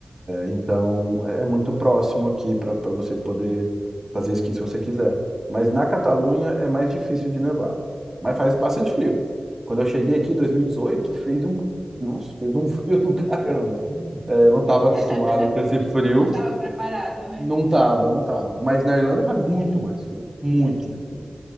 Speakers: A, on the right; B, on the right.
A: então, é é muito próximo aqui para para você poder fazer esqui se você quiser. Mas na Catalunha é mais difícil de nevar. Mas faz bastante frio. Quando eu cheguei aqui em 2018, fez um, nossa, fez um <laughs> frio do caramba. É, eu não
B: <laughs>
A: estava acostumado com esse frio.
B: Não estava preparado, né?
A: Não tava, não tava. Mas na Irlanda faz muito mais frio. Muito mais frio.